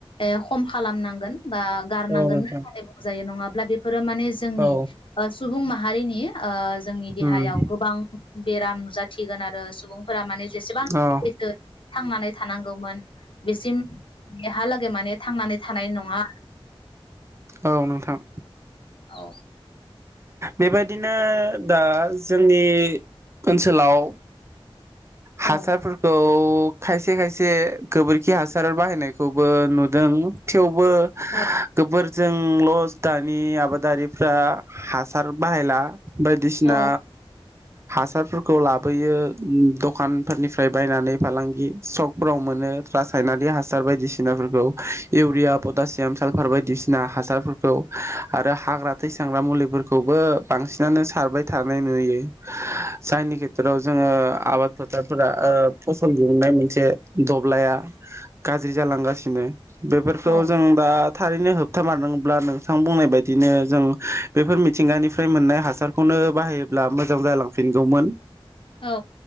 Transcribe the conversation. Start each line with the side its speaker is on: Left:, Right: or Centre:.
Left: ओ खम खालामनांगोन बा गारनांगोन
Right: औ नोंथां
Left: होननानै बुंजायो नङा ब्ला बे फोरो माने जोंनि
Right: औ
Left: ओ सुबुं माहारिनि ओ जोंनि देहायाव
Right: उम
Left: गोबां बेराम नुजा थिगोन आरो सुबुंफोरा माने जेसेबां
Right: औ
Left: <unintelligible> थांनानै थानांगौमोन बेसिम हाला गै माने थांनानै थानाय नङा।
Right: औ नोंथां।
Left: औ।
Right: बेबायदिनो दा जोंनि ओनसोलाव
Left: औ
Right: हासारफोरखौ खायसे खायसे गोबोरखि हासार बाहायनायखौबो नुदों थेव बो
Left: औ
Right: गोबोर जोंल' दानि आबादारिफ्रा हासार बाहायला बायदिसिना
Left: औ
Right: हासारफोरखौ लाबोयो दखानफोरनिफ्राय बायनानै फालांगि सकफोराव मोनो रासायनारि हासार बायदिसिनाफोरखौ इउरिया, पटासियाम, सालफार बायदिसिना हासारफोरखौ आरो हाग्रा थैसां ग्रा मुलिफोरखौबो बांसिनानो सारबाय थानाय नुयो । जायनि खेत्रआव जोङो आबाद फोथारफोरा ओ फसल दिहुननाय मोनसे दब्लाया गाज्रि जालांगासिनो। बेफोरखौ
Left: औ
Right: जों दा थारैनो होबथामारनांब्ला नोंथां बुंनाय बायदिनो जों। बेफोर मिथिंगानिफ्राय मोननाय हासारखौनो बाहायोब्ला मोजां जालांफिनगौमोन
Left: औ।